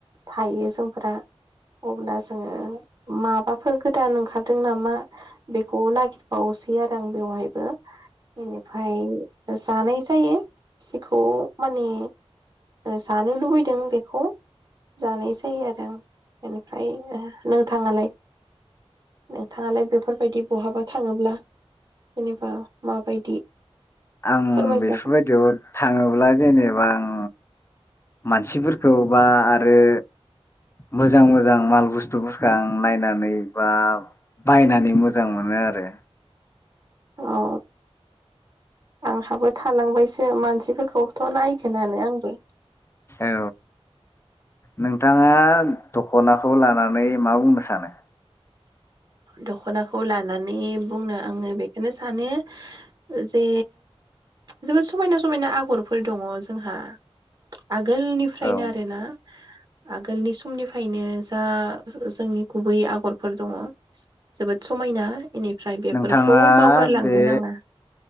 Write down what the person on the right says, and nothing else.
थायो जोंफोरा अब्ला जोङो माबाफोर गोदान ओंखारदों नामा बेखौ नागिरबावसै आरो आं बेवहायबो बेनिफ्राय जानाय जायो जेखौ माने जानो लुबैदों बेखौ जानाय जायो आरो ओं बेनिफ्राय नोंथाङालाय नोंथाङालाय बेफोरबायदि बहाबा थाङोब्ला जेनेबा माबायदि
फोरमायजागोन
औ आंहाबो थालांबायसो मानसिफोरखौ थ नायगोनानो आंबो।
दख'नाखौ लानानै बुंनो आङो बेखौनो सानो जे जोबोद समायना समायना आगरफोर दङ जोंहा। आगोलनिफ्रायनो
आरोना। आगोलनि समनिफ्रायनो जा जोंनि गुबै आगरफोर दङ। जोबोद समायना। बेनिफ्राय बेफोरखौ
बावगारलांनो
नाङा